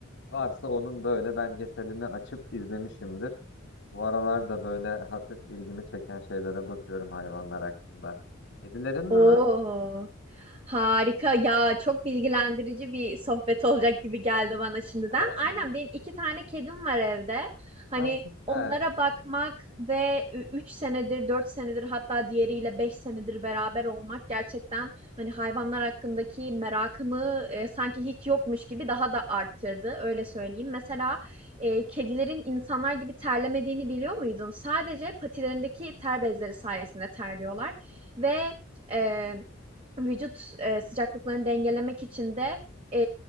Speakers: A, on the left; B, on the right.
A: Varsa onun böyle belgeselini açıp izlemişimdir. Bu aralar da böyle hafif ilgimi çeken şeylere bakıyorum hayvanlar hakkında. Kedilerin mi
B: Oo,
A: var?
B: harika ya çok bilgilendirici bir sohbet olacak gibi geldi bana şimdiden.
A: <laughs>
B: Aynen benim iki tane kedim var evde. Hani
A: Ha, süper.
B: onlara bakmak ve ü- üç senedir, dört senedir hatta diğeriyle beş senedir beraber olmak gerçekten hani hayvanlar hakkındaki merakımı e, sanki hiç yokmuş gibi daha da arttırdı. Öyle söyleyeyim. Mesela e, kedilerin insanlar gibi terlemediğini biliyor muydun? Sadece patilerindeki ter bezleri sayesinde terliyorlar ve e, vücut e, sıcaklıklarını dengelemek için de e,